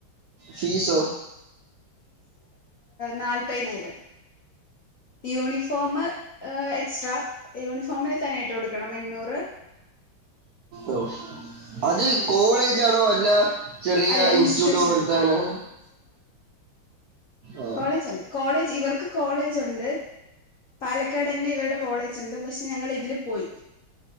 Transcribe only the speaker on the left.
നാല്പയിനായിരം യൂണിഫോമ് ഹ് എക്സ്ട്രാ യൂണിഫോമിന് തന്നെയായിട്ട് കൊടുക്കണം എണ്ണൂറ്.
അങ്ങനെ
അല്ല
ഇൻസ്റ്റിറ്റ്യൂഷൻ
കോളേജല്ല കോളേജ് ഇവർക്ക് കോളേജ് ഉണ്ട്. പാലക്കാടന്നെ ഇവരുടെ കോളേജ് ഉണ്ട് പക്ഷെ ഞങ്ങൾ ഇതില് പോയി.